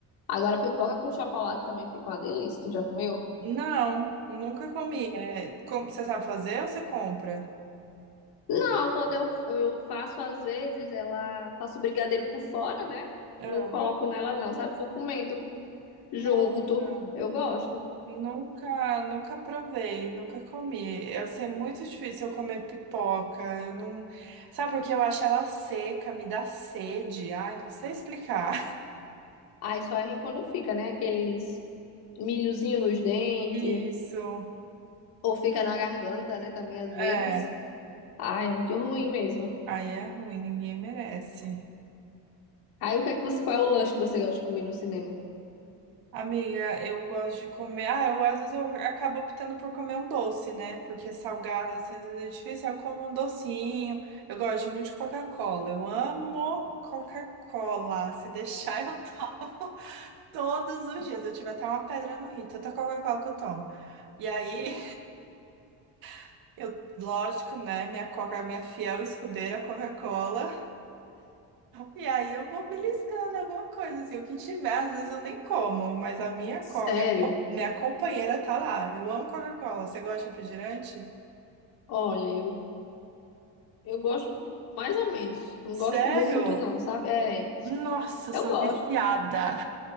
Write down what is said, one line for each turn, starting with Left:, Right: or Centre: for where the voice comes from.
Left: Agora, pipoca com chocolate também fica uma delícia. Tu já comeu?
Right: Não, nunca comi. É, com- você sabe fazer ou você compra?
Left: Não, quando eu, eu faço, às vezes, ela faço brigadeiro por fora, né?
Right: Ah,
Left: Não coloco nela, não, sabe? Vou comendo junto.
Right: nossa,
Left: Eu gosto.
Right: nunca, nunca provei, nunca comi. Eu sei muito difícil eu comer pipoca. Eu não, sabe porque eu acho ela seca, me dá sede. Ai, não sei explicar.
Left: Aí só é ruim quando fica, né? Aqueles milhozinho nos dentes,
Right: Isso,
Left: ou fica na garganta, né? Também às
Right: é.
Left: vezes. Ai, é muito ruim mesmo.
Right: Aí é ruim, ninguém merece.
Left: Aí o que é que você, qual é o lanche que você gosta de comer no cinema?
Right: Amiga, eu gosto de comer. Ah, eu às vezes eu acabo optando por comer um doce, né? Porque salgada, assim, às vezes é difícil. Eu como um docinho. Eu gosto muito de Coca-Cola. Eu amo Coca-Cola. Se deixar, eu tomo <laughs> todos os dias. Eu tive até uma pedra no rim, tanta Coca-Cola que eu tomo. E aí, <laughs> eu, lógico, né? Minha Coca, minha fiel escudeira Coca-Cola. E aí eu vou beliscando alguma coisa, assim, o que tiver, às vezes eu nem como, mas a minha
Left: Sério?
Right: come, minha, co- minha companheira tá lá. Eu amo Coca-Cola. Você gosta de refrigerante?
Left: Olha, eu, eu gosto mais ou menos. Não
Right: Sério?
Left: gosto muito, não, sabe? É,
Right: Nossa, eu
Left: eu
Right: sou
Left: gosto.
Right: viciada.